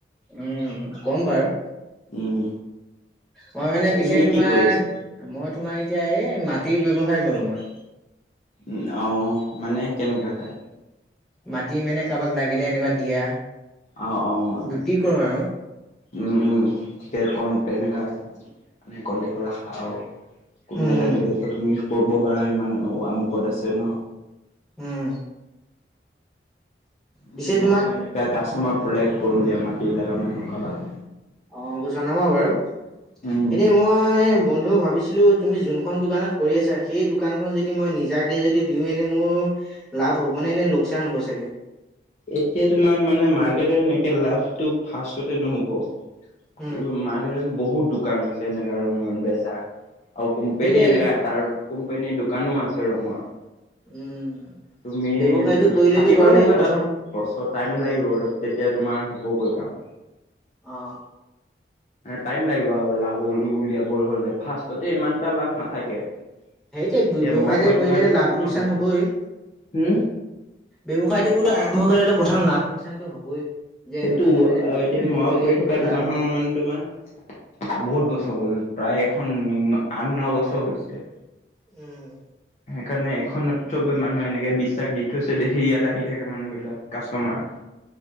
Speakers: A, in the centre; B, on the left (about 40°).
A: উম, ক'ম বাৰু।
B: উম।
A: মই মানে পিছে
B: তুমি
A: তোমাৰ
B: কি কৰি আছা
A: মই তোমাৰ এতিয়া এই মাটিৰ ব্যৱসায় কৰো মই।
B: উ, অ' মানে কেনেকুৱা টাইপ?
A: মাটি মানে কাৰোবাক লাগিলে এনেকুৱা দিয়া।
B: অ', অ'।
A: বিক্ৰী কৰো আৰু।
B: উম, উম, ঠিকেই কন তেনেকা মানে কণ্টেক্টৰ ৰাখা আৰু। কোনবাই
A: উম,
B: লাগিলেতো তুমি ক'ব পাৰা ইমান আমুকত আছে ন'?
A: উম, পিছে
B: উম, মই
A: তোমাক
B: এনেকা কাষ্টমাৰ পালে ক'ম দিয়া মাটিত লগা মানুহ কাবাক।
A: অ' জনাবা বাৰু।
B: উম,
A: এনেই মই বন্ধু ভাবি ছিলো তুমি যোনখন দোকানত কৰি আছা সেই দোকানখন যদি মই নিজাকে যদি দিও এনে মোৰ লাভ হ'বনে নে লোকচান হ'ব চাগে?
B: এতিয়া তোমাৰ মানে মাৰ্কেটৰ সেনেকে লাভটো ফাৰ্ষ্টতে নহ'ব।
A: উম।
B: কি কয় মাৰ্কেটত বহুত দোকান আছে এনেকা ৰঙৰ বেচা। আৰু কোম্পেনী
A: সেইটোৱে
B: এনেকা এটাৰ কোম্পেনীৰ দোকানো আছে ৰঙৰ।
A: উম।
B: তুমি
A: ব্যৱসায়টো কৰিলেতো
B: খাটিব
A: বাৰু
B: লাগিব
A: প্ৰথম
B: তাত বছৰ টাইম
A: উম।
B: লাগিব অলপ। তেতিয়া তোমাৰ হ'বগৈ কাম।
A: অ'।
B: টাইম লাগিব আৰু লাভ উলিয়াব হ'লে ফাষ্টতে ইমান এটা লাভ নাথাকে।
A: সেইটো
B: এতিয়া
A: ব্যৱসায়তো
B: মই কৰি
A: কৰিলে
B: থকা দোকানখনৰ
A: লাভ লোকচান
B: বহু
A: হবই।
B: হম
A: ব্যৱসায়টো বোলো আৰম্ভ কৰিলেটো প্ৰথম লোকচানটো হবই। যে
B: সেইটো
A: এনেকুৱা নহয় যে ব্যৱসায়টো
B: আৰু এতিয়া মই
A: কৰিলেই
B: কৰি থকা
A: তোমাৰ
B: দোকানখনৰ
A: লাভ হ'ব।
B: মানে তোমাৰ বহুত বছৰ হ'ল প্ৰায় এখন আঠ ন, বছৰ হৈছে।
A: উম।
B: কাৰণে এখনত চবে মানুহে এনেকে বিশ্বাস দি থৈছে দেখি ইয়াত আহি থাকে মানুহ বিলাক কাষ্টমাৰ